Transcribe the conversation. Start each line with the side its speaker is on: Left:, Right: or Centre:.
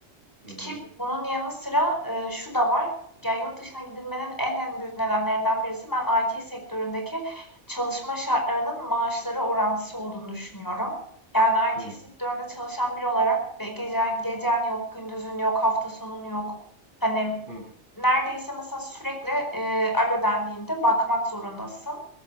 Right: hı hı,
Left: Ki bunun yanı sıra, eee, şu da var, Yani yurt dışına gidilmenin en en büyük nedenlerinden birisi ben IT sektöründeki çalışma şartlarının maaşlara orantısı olduğunu düşünüyorum. Yani IT
Right: hı
Left: sektöründe çalışan biri olarak ve gecen gecen yok, gündüzün yok, hafta sonun yok. Hani
Right: hı.
Left: neredeyse mesela sürekli, eee, alo dendiğinde bakmak zorundasın